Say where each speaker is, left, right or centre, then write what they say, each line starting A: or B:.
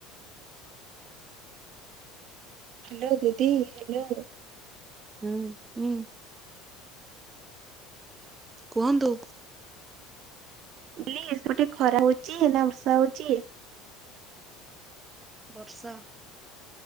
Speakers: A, on the right; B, on the right.
A: <inaudible> ହାଲୋ ଦିଦି ହ୍ୟାଲୋ।
B: ହୁଁ ହୁଁ। କୁହନ୍ତୁ।
A: <unintelligible> ଖରା ହୋଉଚି ନା ବର୍ଷା ହୋଉଚି?
B: ବର୍ଷା।